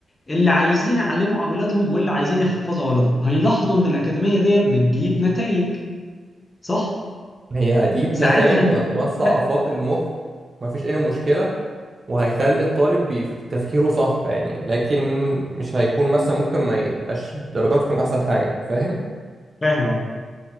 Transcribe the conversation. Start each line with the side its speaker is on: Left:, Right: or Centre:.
Left: اللي عايزين يعلموا اولادهم واللي عايزين يحفظوا اولادهم هيلاحظوا ان الاكاديمية دي بتجيب نتائج صح
Right: هي هتجيب
Left: ساعتها
Right: نتائج
Left: انت
Right: وهتوسع
Left: هتبدأ
Right: آفاق المخ مفيش أي مشكلة وهيخلي الطالب بي- تفكيره صح يعني لكن مش هيكون مثلا ممكن ما يبقاش درجات تكون أحسن حاجة فاهم
Left: فاهم اهو